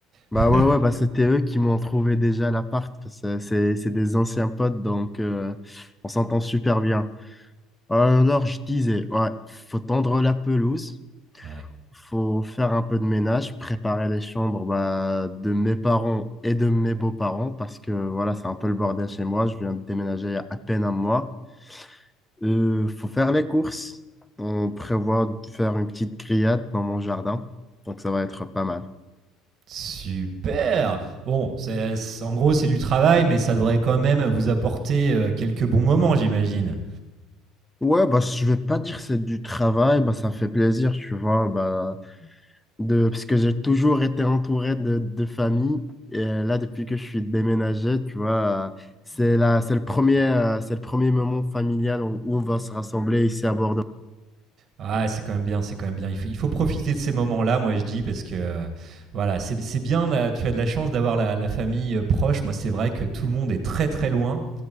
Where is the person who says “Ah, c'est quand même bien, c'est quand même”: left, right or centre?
Right